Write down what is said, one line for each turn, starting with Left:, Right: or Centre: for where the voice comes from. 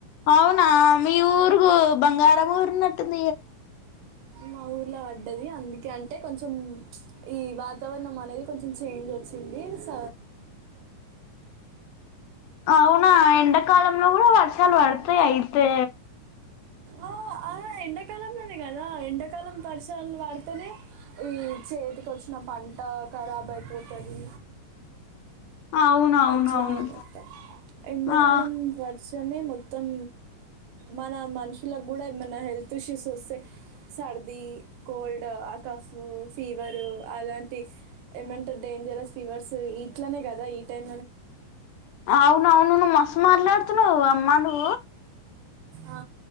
Left: అవునా మీ ఊర్గు బంగారం ఊరున్నట్టుంది. కదా
Right: మా ఊర్లో పడ్డది. అందుకంటే కొంచెం ఈ వాతావరణం అనేది కొంచెం చేంజ్ వచ్చింది. సో మాది
Left: అవునా ఎండాకాలంలో కూడా వర్షాలు పడుతా అయితే
Right: ఓ ఆయ్ ఎండకాలంలోనే కదా ఎండాకి కాలం పరిసరలు వాడితేనే ఈ చేతికి వచ్చిన పంట ఖారాబ్ అయిపోతది.
Left: అవునవునవును
Right: అట్లా ఉన్నంటయి ఎండాకాలం
Left: ఆ
Right: వర్ష సమయం మొత్తం మన మనుషులకు కూడా ఏమన్నా హెల్త్ ఇష్యూస్ వస్తే సర్దిీ, కోల్డ్ ఆ కాఫ్, ఫీవరు అలాంటి ఏమంటే డేంజరస్ ఫీవర్స్ ఇట్లనే కదా ఏమయినా వస్తాయ్
Left: అవునవును మస్తూ మాట్లాడుతున్నావు్ అమ్మా నువ్వు
Right: ఆ